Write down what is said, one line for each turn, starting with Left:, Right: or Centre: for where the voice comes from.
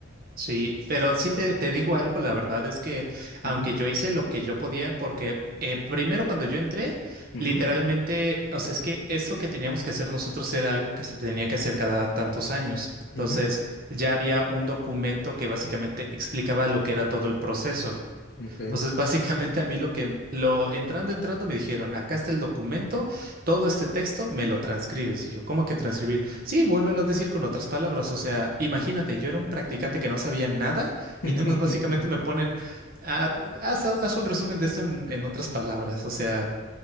Right: Sí, pero sí te, te digo algo, la verdad es que
Left: Ujú,
Right: aunque yo hice lo que yo podía, porque eh, primero cuando yo entré,
Left: ujú,
Right: literalmente, o sea, es que eso que teníamos que hacer nosotros era algo que se tenía que hacer cada tantos años. Entonces,
Left: ujú,
Right: ya había un documento que básicamente explicaba lo que era todo el proceso.
Left: ok.
Right: Entonces, básicamente a mí lo que lo entrando, entrando me dijeron, acá está el documento, todo este texto me lo transcribes. Y yo, ¿cómo que transcribir? Sí, vuélvelo a decir con otras palabras. O sea, imagínate, yo era un practicante que no sabía nada
Left: <laughs>
Right: y nada más básicamente me ponen, "Ah, haz, haz un resumen de esto en, en otras palabras. O sea,